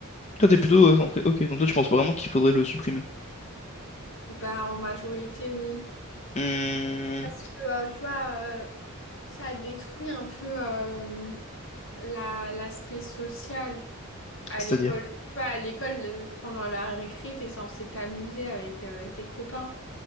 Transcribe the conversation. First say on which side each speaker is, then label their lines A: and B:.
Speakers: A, on the left; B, on the left.
A: Toi, t'es
B: C'est-
A: plutôt. euh, centré- Ok, donc toi, tu penses vraiment qu'il faudrait le supprimer.
B: Bah, en majorité, oui.
A: Hmm,
B: Parce que, euh, tu vois, euh, ça détruit un peu euh, la, l'aspect social. À
A: C'est-à-dire.
B: l'école, tu vois, à l'école, le- pendant la récré, t'es censé t'amuser avec euh, tes copains.